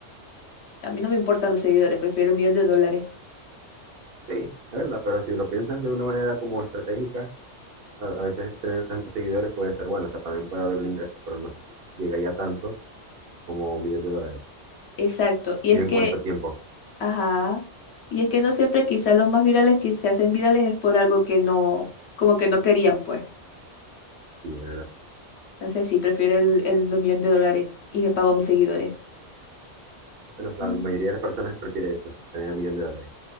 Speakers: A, on the left (about 65°); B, on the right (about 55°).
A: A mí no me importan los seguidores, prefiero un millón de dólares.
B: Sí, es verdad, pero si lo piensas de una manera como estratégica, a a veces tener tantos seguidores puede ser bueno, o sea, también puede haber un ingreso, pero no sé si llegaría a tanto como un millón de dólares.
A: Exacto. Y
B: ¿Y
A: es
B: en
A: que,
B: cuánto tiempo?
A: ajá. Y es que no siempre quizás los más virales que se hacen virales es por algo que no, como que no querían, pues.
B: Sí, es verdad.
A: Entonces sí, prefiero el, el- los millones de dólares y me pago a mis seguidores.
B: Bueno, la
A: Mm.
B: mayoría de las personas prefiere eso, tener un millón de dólares.